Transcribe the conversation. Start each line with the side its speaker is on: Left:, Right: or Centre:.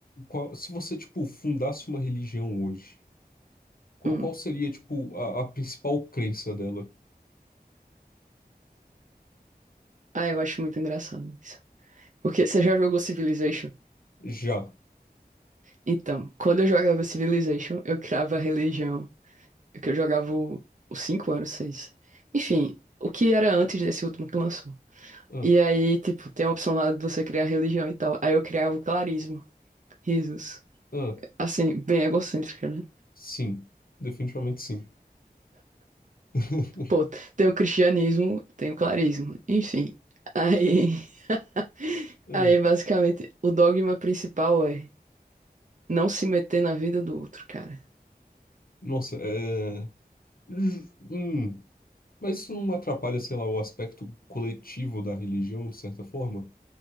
Left: qual- se você, tipo, fundasse uma religião hoje, qual,
Right: Hum.
Left: qual seria, tipo, a, a principal crença dela?
Right: Ah, eu acho muito engraçado isso. Porque você já jogou Civilization?
Left: Já.
Right: Então, quando eu jogava Civilization, eu criava a religião. Que eu jogava o- os 5 anos, 6, Enfim, o que era antes desse último que lançou.
Left: Ah,
Right: E aí, tipo, tem a opção lá de você criar religião e tal. Aí eu criava o clarismo. Risos.
Left: ah.
Right: Assim, bem egocêntrica, né?
Left: Sim, definitivamente sim. <laughs>
Right: Pô, tem o cristianismo, tem o clarismo, enfim. Aí, <laughs>
Left: É,
Right: aí basicamente, o dogma principal é não se meter na vida do outro, cara.
Left: Nossa, é. ju- hum, Mas isso não atrapalha, sei lá, o aspecto coletivo da religião, de certa forma?